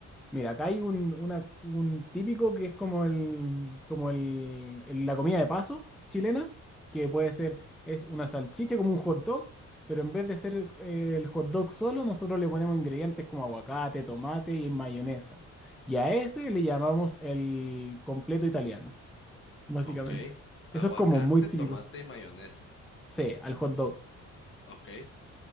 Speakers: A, in the centre; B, on the left.
A: Mira, acá hay un, una- un típico que es como el, como el, el- la comida de paso chilena, que puede ser, es una salchicha como un hot dog, pero en vez de ser eh, el hot dog solo, nosotros le ponemos ingredientes como aguacate, tomate y mayonesa. Y a ese le llamamos el completo italiano, básicamente.
B: Ok. Aguacate,
A: Eso es como muy típico.
B: tomate y mayonesa.
A: Sí, al hot dog.
B: Ok.